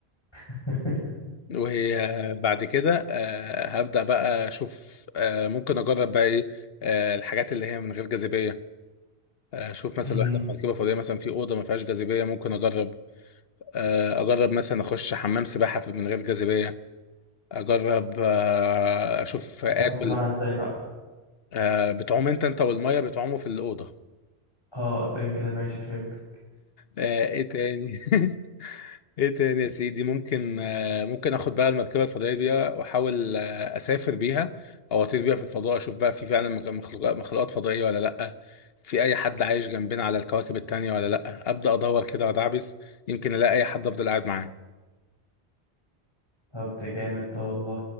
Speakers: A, on the left; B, on the left.
A: <laughs>
B: وهي بعد كده آه هبدا بقى اشوف آه ممكن اجرب بقى ايه آه الحاجات اللي هي من غير جاذبيه آه، اشوف
A: امم
B: مثلا لو احنا في مركبه فضائيه مثلا في اوضه ما فيهاش جاذبيه ممكن اجرب آه، اجرب مثلا اخش حمام سباحه في- من غير جاذبيه اجرب آه، اشوف اكل
A: حمام سباحة <laughs> ازاي بقى
B: آه بتعوم انت انت والميه بتعوموا في الاوضه
A: اه زين كده ماشي فهمت
B: آه ايه تاني <laughs> ايه تاني يا سيدي ممكن آه ممكن اخد بقى المركبه الفضائيه دي واحاول آه اسافر بيها او اطير بيها في الفضاء اشوف بقى في فعلا مخ- مخلوقات مخلوقات فضائيه ولا لا في اي حد عايش جنبنا على الكواكب التانية ولا لا ابدا ادور كده وادعبس يمكن الاقي اي حد افضل قاعد معاه
A: طب ده جامد ده والله